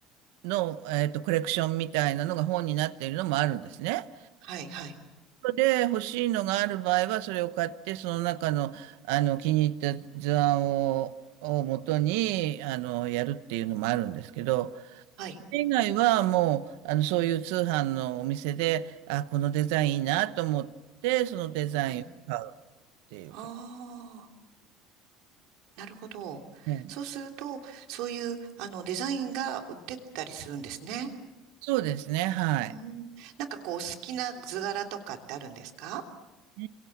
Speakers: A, on the right; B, on the right.
A: の、えっと、コレクションみたいなのが本になっているのもあるんですね。
B: はい、はい。
A: で欲しいのがある場合はそれを買ってその中の、あの気に入った図案を、を元にあのやるっていうのもあるんですけど
B: はい、
A: それ以外はもうあのそういう通販のお店であこのデザインいいなと思ってそのデザインを買うっ
B: はい。
A: ていうか、
B: ああ、なるほど。
A: ね、
B: そうすると、そういう、あの、デザインが売ってったりするんですね。
A: そうですねはい。
B: うん。なんかこう、好きな図柄とかってあるんですか
A: う